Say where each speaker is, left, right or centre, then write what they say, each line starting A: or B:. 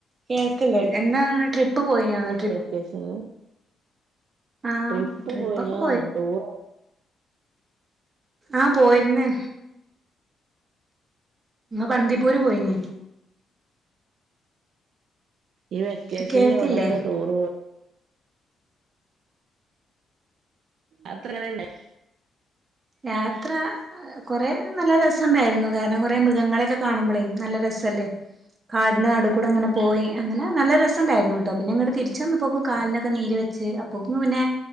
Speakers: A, on the right; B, on the right.
A: കേൾക്കല്ലേ എന്നാ ട്രിപ്പ് പോയിന്നൊന്ന് ട്രി
B: വേക്കേഷൽല്
A: ആ
B: ട്രിപ്പ്
A: ട്രിപ്പൊക്കെ
B: പോയിനോ ട്ടൂറ്
A: ആഹ്‌ പോയിര്ന്ന്. ബന്തിപ്പൂര് പോയിന്.
B: ഈ വെക്കേഷൻന്ന്
A: കേക്കില്ലേ
B: എവടെക്കെ ടൂറ് പോ അത്രങ്ങനെണ്ടായി
A: യാത്ര കൊറെ നല്ല രസുണ്ടായിരുന്നു കാരണം കുറെ മൃഗങ്ങളെക്കെ കാണുമ്പോളേ നല്ല രസല്ലേ കാടിന്റെ നടു കൂടെങ്ങനെ പോയി അങ്ങനെ നല്ല രസംണ്ടായിരുന്നു കേട്ടോ പിന്നെ ഇങ്ങട്ട് തിരിച്ച വന്നപ്പോക്കും കാലിനൊക്കെ
B: ഉം
A: നീര് വെച്ച് അപ്പോ പിന്നെ